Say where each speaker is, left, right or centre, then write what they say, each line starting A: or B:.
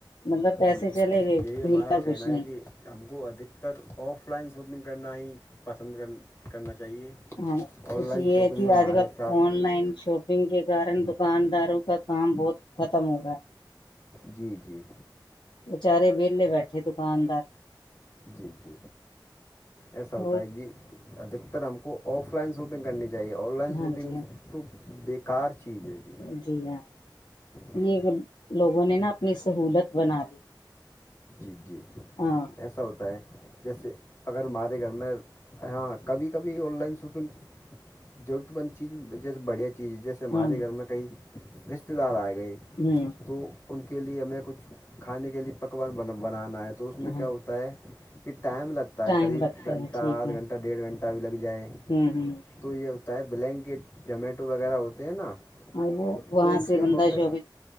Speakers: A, on the left; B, on the left.
A: مطلب پیسے
B: جی
A: چلے گئے
B: یہی ہمارا
A: ملا
B: کہنا
A: کچھ
B: ہے
A: نہیں
B: کہ ہم کو ادھکتر آف لائن شاپنگ کرنا ہی پسند کر کرنا چاہیے
A: ہاں
B: آن
A: خوشی
B: لائن
A: یہ
B: شاپنگ
A: ہے کہ
B: میں ہمارے
A: آج کل
B: ساتھ
A: آن لائن شاپ گ کے کن دکانداروں کا کام بہت ختم ہو رہا ہے
B: جی جی
A: بچارے وے بیٹھے دکاندار
B: جی جی ایسا ہوتا
A: اور
B: ہے جی ادھکتر ہم کو آف لائن شاپنگ کرنی چاہیے چاہے آن لائن
A: ہاں
B: شاپنگ
A: جی
B: تو بیکار چیز ہے
A: ہاں
B: جی
A: جی ہاں
B: جی
A: یہ لوگوں نے نا اپنی سہولت بنا دی
B: ج جی
A: ہاں
B: ایسا ہوتا ہے جیسے اگر ہمارے گھر میں ہاں کبھی کبھی آن لائن شاپنگ ضرورت مند چیز جیسے بڑھیا چیز ہے جیسے ہمارے
A: ہاں
B: گھر میں کئی رشتے دار آئے گئے
A: ہوں
B: تو ان کے لیے ہمیں کچھ کھانے کے لیے پکوان ب بنانا ہے تو اس میں
A: ہاں
B: کیا ہوتا ہے کہ ٹائم لگتا ہے
A: ٹائم
B: قریب
A: لگتا
B: گھنٹہ
A: ہے ٹھیک
B: آدھ
A: ہے
B: گھنٹہ ڈیڑھ گھنٹہ بھی لگ جائے
A: ہوں ہ
B: تو یہ ہوتا ہے بلینکٹ جومیٹو وغیرہ ہوتے ہیں نا
A: ہاں وہ وہاں
B: تو ان
A: سے
B: ہم
A: بندہ
B: اپنے
A: شعبے